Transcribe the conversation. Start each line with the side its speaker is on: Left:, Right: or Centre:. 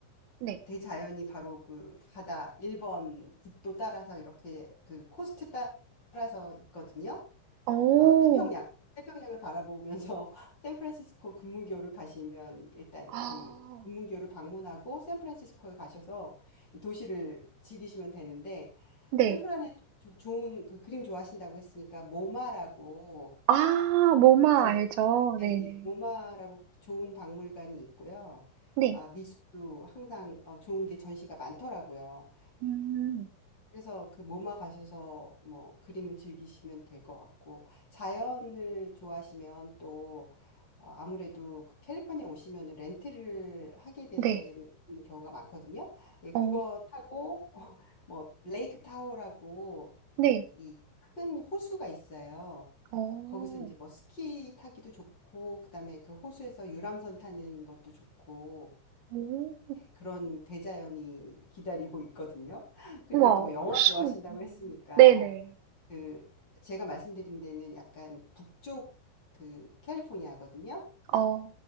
Right: 네.
Left: 대자연이 바로 그 바다 1번 국도 따라서 이렇게 그 코스트 따라서 있거든요.
Right: 오
Left: 어, 태평양, 태평양을 바라보면서 <laughs> 샌프란시스코 금문교를 가시면 일단
Right: 아.
Left: 그 금문교를 방문하고 샌프란시스코에 가셔서 이 도시를 즐기시면 되는데
Right: 네.
Left: 샌프란에 조- 좋은 그 그림 좋아하신다고 했으니까 모마라고
Right: 아 모마
Left: 예,
Right: 알죠. 네네.
Left: 예, 예, 모마라고 좋은 박물관이 있고요.
Right: 네.
Left: 아, 미술도 항상 어, 좋은 게 전시가 많더라고요.
Right: 음.
Left: 그래서 그 모마 가셔서 뭐 그림을 즐기시면 될 것 같고 자연을 좋아하시면 또 어, 아무래도 그 캘리포니아 오시면은 렌트를 하게 된
Right: 네.
Left: 경우가 많거든요. 예, 그거
Right: 오
Left: 타고 <laughs> 뭐 레이크 타호라고
Right: 네.
Left: 이 큰 호수가 있어요.
Right: 오.
Left: 거기서 이제 뭐 스키 타기도 좋고 그다음에 그 호수에서 유람선 타는 것도 좋고
Right: 오.
Left: 네, 그런 대자연이 기다리고 있거든요. <laughs> 그리고
Right: 우와.
Left: 또 뭐 영화
Right: 호수.
Left: 좋아하신다고
Right: 음.
Left: 했으니까
Right: 네네.
Left: 그 제가 말씀드린 데는 약간 북쪽 그 캘리포니아거든요.
Right: 어.